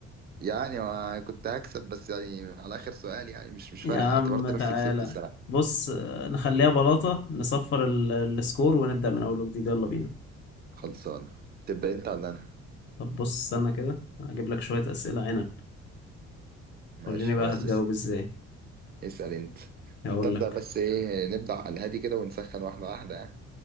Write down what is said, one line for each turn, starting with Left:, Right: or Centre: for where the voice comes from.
Right: يعني ما كنت هكسب بس يعني على اخر سؤال يعني مش مش
Left: يا
Right: فارقه
Left: عم
Right: اعتبرت نفسي
Left: تعالى
Right: كسبت السنه
Left: بص آه، نخليها بلاطه نصفر ال- السكور ونبدا من اول وجديد يلا بينا
Right: خلصان تبدا انت ولا انا
Left: طب بص استنى كده هجيب لك شويه اسئله عنب
Right: ماشي
Left: وريني بقى
Right: خلاص
Left: هتجاوب
Right: اس-
Left: ازاي
Right: اسال انت
Left: هقول
Right: انت ابدا
Left: لك
Right: بس ايه نبدا على الهادي كده ونسخن واحده واحده ها؟